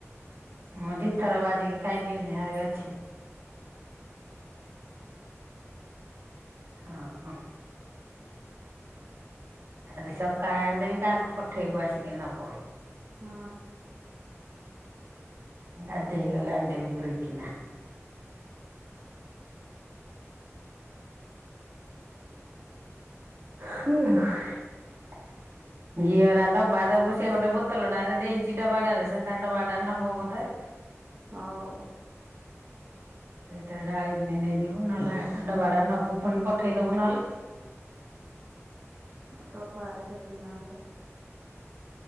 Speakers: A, on the right (about 60°); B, on the right (about 30°).
A: ମୁଁ ଦି ଥର ଭାଜିକି ଖାଇଲିଣି ଆହୁରି ଅଛି। ଆଉ କଁ। କାଲି ସକାଳେ ଆଣିଦେବି କାଆକୁ ପଠେଇବୁ ଆସିକି ନବ।
B: ହୁଁ।
A: ମୁଁ ଗାଧେଇ ଗଲେ ଆଣିଦେବି ତୋଳିକିନା। <inaudible> ଘିଅରା ଡବା ଦବୁ ସେ ଗୋଟେ ବୋତଲଟାରେ ଦେଇଚି ଡବାଟାରେ ସେ ତା ଡବାଟା ନବ ବୋଧେ
B: ହଉ।
A: ଏଇଥିରେ ଢାଳିକିନି ନେଇଯିବୁ ନହେଲେ ଡବାଟା ନବୁ ପୁଣି ପଠେଇ ଦବୁ ନହେଲେ।
B: ଆ ଡ଼ବାଟା ଜେବି ନ ହେହେଲେ